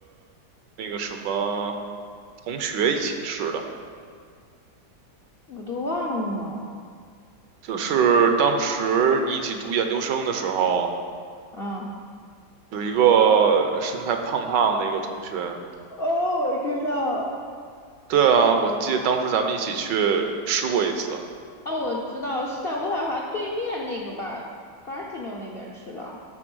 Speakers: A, on the right (about 75°); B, on the left (about 60°).
A: 那个什么同学一起吃的。
B: 我都忘了。
A: 就是当时你一起读研究生的时候，
B: 啊，
A: 有一个身材胖胖的一个同学。
B: 哦，我知道了
A: 对啊，我记得当时咱们一起去吃过一次。
B: 哦，我知道是在渥太华对面那个吧，Gartino 那边吃的。